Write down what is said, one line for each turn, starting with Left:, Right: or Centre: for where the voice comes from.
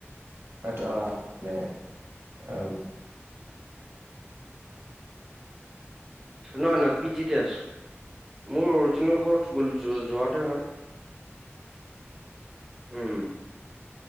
Right: <unintelligible> মানে <unintelligible>
Centre: না না পিজিতে আছো মোৰ অৰিজিনেল ঘৰত যোৰ যোৰহাটৰ হয় উম